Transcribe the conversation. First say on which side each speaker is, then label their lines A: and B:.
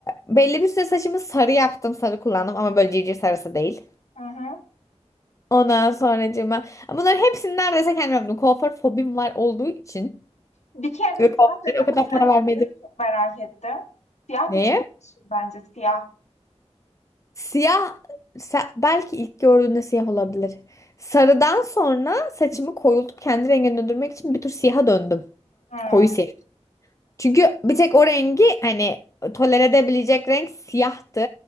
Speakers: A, on the left; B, on the left.
A: belli bir süre saçımı sarı yaptım. Sarı kullandım ama böyle civciv sarısı değil.
B: Hı hı.
A: Ondan sonracığıma bunların hepsini neredeyse kendim yaptım. Kuaför fobim var olduğu için.
B: Bir kere de
A: Ve
B: siyah
A: pahalıya
B: denesene.
A: o kadar para vermedim.
B: Siyah çok merak ettim. Siyah
A: Neye?
B: da çok yakışır bence. Siyah.
A: Siyah se- belki ilk gördüğünde siyah olabilir. Sarıdan sonra saçımı koyultup kendi rengine döndürmek için bir tür siyaha döndüm.
B: Hı,
A: Koyu siyah. Çünkü bir tek o rengi hani tolere edebilecek renk siyahtı.